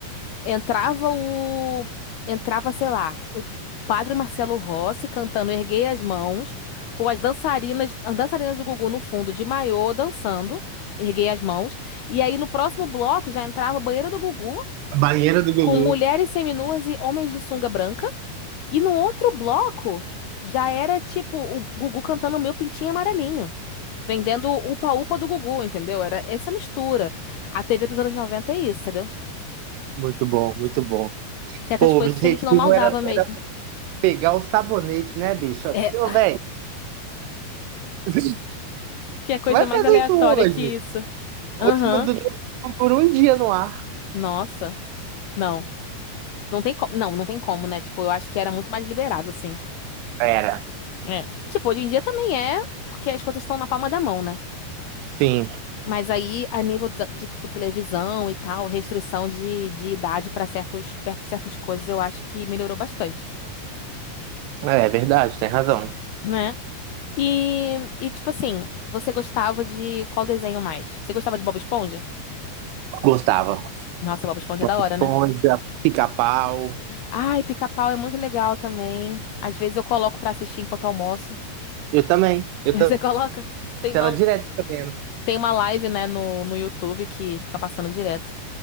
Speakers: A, on the left; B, on the right.
A: entrava o, entrava, sei lá, o Padre Marcelo Rossi cantando Erguei as Mãos, com as dançarinas, as dançarinas do Gugu no fundo, de maiô, dançando, Erguei as Mãos, e aí no próximo bloco já entrava a banheira do Gugu,
B: Banheira do Gugu.
A: com mulheres seminuas e homens de sunga branca, e no outro bloco, já era tipo o Gugu cantando Meu Pintinho Amarelinho. Vendendo o upa-upa do Gugu, entendeu? Era essa mistura. A TV dos anos 90 é isso, entendeu?
B: Muito bom, muito bom.
A: Tem essas
B: Pô,
A: coisas
B: o objetivo
A: que a gente não maldava
B: era,
A: mesmo.
B: era pegar o sabonete, né, bicho?
A: É,
B: Ô, velho, <laughs>
A: que é coisa
B: vai
A: mais
B: fazer
A: aleatória
B: isso hoje.
A: que isso. Aham.
B: Hoje não, du- não- por um dia no ar.
A: Nossa. Não. Não tem como. Não, não tem como, né? Tipo, eu acho que era muito mais liberado, assim.
B: Era.
A: É. Tipo, hoje em dia também é, porque as coisas estão na palma da mão, né?
B: Sim,
A: Mas aí, a nível dos- de, tipo, televisão e tal, restrição de, de idade para certos, perto de certas coisas, eu acho que melhorou bastante,
B: é é verdade, tem razão.
A: né? E, e, tipo assim, você gostava de qual desenho mais? Você gostava de Bob Esponja?
B: Gostava.
A: Nossa, Bob Esponja
B: Bob
A: é da hora,
B: Esponja,
A: né?
B: pica-pau.
A: Ai, Pica-Pau é muito legal também. Às vezes eu coloco pra assistir enquanto almoço.
B: Eu também.
A: <laughs>
B: Eu
A: Você
B: tô
A: coloca? Tem
B: ela
A: uma,
B: direto fica vendo.
A: tem uma live, né, no, no YouTube que fica passando direto.